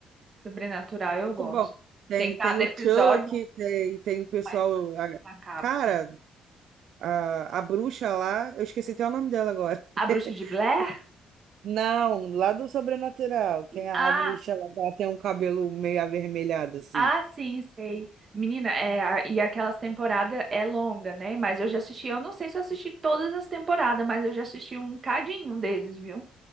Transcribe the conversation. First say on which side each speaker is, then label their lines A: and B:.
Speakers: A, on the right; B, on the right.
A: Sobrenatural, eu
B: Muito
A: gosto.
B: bom. Tem,
A: Tem cada
B: tem o
A: episódio
B: Chuck,
A: um
B: tem, tem o pessoal.
A: mais
B: a-
A: macabro.
B: Cara. A, a bruxa lá, eu esqueci até o nome dela agora.
A: A
B: <laughs>
A: Bruxa de Blair?
B: Não, lá do Sobrenatural. Tem a,
A: Ah,
B: a bruxa, ela, ela tem um cabelo meio avermelhado, assim.
A: ah, sim, sei. Menina, é, a- e aquelas temporadas é longa, né? Mas eu já assisti, eu não sei se eu assisti todas as temporadas, mas eu já assisti um cadinho deles, viu?